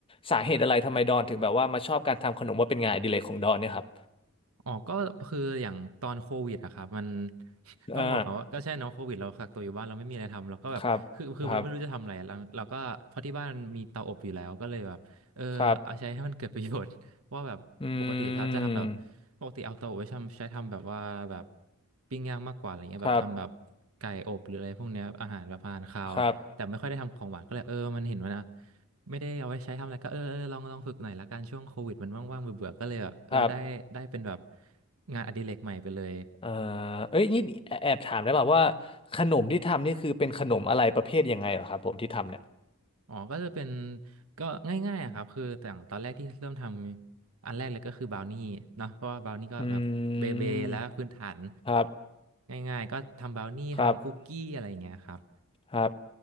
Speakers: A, on the left (about 25°); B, on the right (about 85°).
A: สาเหตุอะไรทำไมดอนถึงแบบว่ามาชอบการทำขนมว่าเป็นงานอดิเรกของดอนเนี่ยครับ
B: อ๋อก็คืออย่างตอนโควิดอะครับมัน <laughs>
A: อ่า
B: ต้องบอกก่อนว่าก็ใช่เนาะโควิดเรากักตัวอยู่บ้านเราไม่มีอะไรทำเราก็แบบคือคือเราไม่รู้จะทำอะไรเราเราก็เพราะที่บ้านมีเตาอบอยู่แล้วก็เลยแบบเออเอาใช้ให้มันเกิดประโยชน์
A: ครับครับครับ
B: <laughs> ว่าแบบปกติถ้าจะทำแบบ
A: อืม
B: ปกติเอาเตาอบไว้ทำใช้ทำแบบว่าแบบปิ้งย่างมากกว่าอะไรเงี้ยแบบทำแบบไก่อบหรืออะไรพวกเนี้ยอาหารแบบอาหารคาวแต่ไม่ค่อยได้ทำของหวานก็เลยเออมันเห็นว่านะ
A: ครับครับ
B: ไม่ได้เอาไว้ใช้ทำอะไรก็เออเออลองลองฝึกหน่อยละกันช่วงโควิดมันว่างๆเบื่อๆก็เลยแบบเออได้ได้เป็นแบบ
A: ครับ
B: งานอดิเรกใหม่ไปเลย
A: เอ่อเอ้ยนี่แอบแอบถามได้เปล่าว่าขนมที่ทำนี่คือเป็นขนมอะไรประเภทยังไงเหรอครับผมที่ทำเนี่ย
B: อ๋อก็จะเป็นก็ง่ายๆอะครับคือแต่างตอนแรกที่เริ่มทำอันแรกเลยก็คือบราวนี่เนาะเพราะว่าบราวนี่ก็แบบเบเบแล้วพื้นฐาน
A: อืมครับ
B: ง่ายๆก็ทำบราวนี่ทำคุกกี้อะไรอย่างเงี้ยครับ
A: ครับครับ